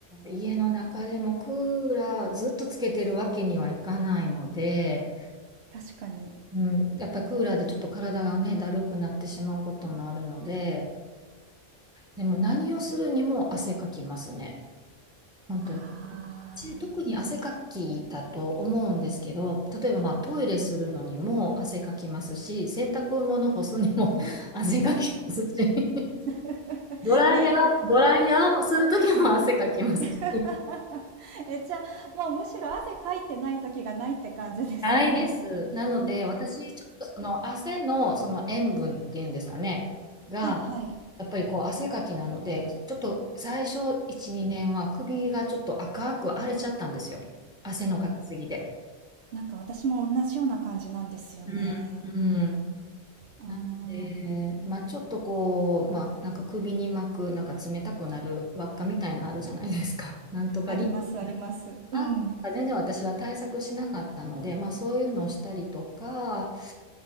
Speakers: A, in the centre; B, on the right.
A: 家の中でもクーラーずっとつけてるわけにはいかないので。
B: 確かに。
A: うん、やっぱりクーラーでちょっと体がね、だるくなってしまうこともあるので、でも何をするにも汗かきますね。本当に。
B: ああ。
A: 私特に汗かきだと思うんですけど、例えばまあトイレするのにも汗かきますし、洗濯物干すにも <laughs> 汗かきますし、
B: <laughs>
A: ドライヤー、
B: なるほど。
A: ドライヤーをするときも汗かきますし。
B: <laughs> え、じゃあ、もうむしろ汗かいてない時がないって感じですね。
A: ないです。なので、私、ちょっとその汗のその塩分っていうんですかね、
B: <laughs>
A: が、
B: はいはい。
A: やっぱりこう汗かきなので、ちょっと最初1、2年は首がちょっと赤く荒れちゃったんですよ。汗のかきすぎで。
B: なんか私も同じような感じなんですよね。
A: うん。うん。
B: ああ、
A: なので、まあちょっとこう、まあなんか首に巻く、なんか冷たくなる輪っかみたいなのあるじゃないですか。<laughs> なんとかリン
B: ありますあります。うん。
A: あんか全然私は対策しなかったので、まあそういうのをしたりとか